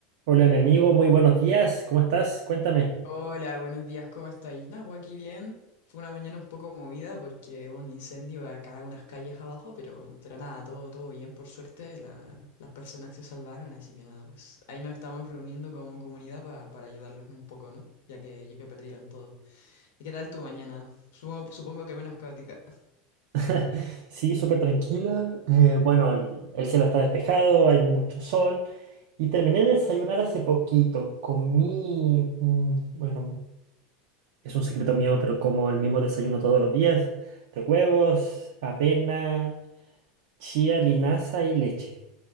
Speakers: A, on the right (about 70°); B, on the left (about 85°).
A: Hola, mi amigo, muy buenos días, ¿cómo estás? Cuéntame.
B: Hola, buenos días, ¿cómo estáis? Nada, pues aquí bien. Fue una mañana un poco movida porque hubo un incendio acá unas calles abajo, pero, pero nada, todo, todo bien, por suerte. la- las personas se salvaron, así que nada, pues ahí nos estamos reuniendo como comunidad pa- para ayudarlos un poco, ¿no? Ya que, ya que perdieron todo. ¿Y qué tal tu mañana? Supo- Supongo, que menos caótica.
A: <laughs> Sí, súper tranquila. eh, bueno, el, el cielo está despejado, hay mucho sol. Y terminé de desayunar hace poquito. Comí, mm, bueno, es un secreto mío, pero como el mismo desayuno todos los días, de huevos, avena, chía, linaza y leche.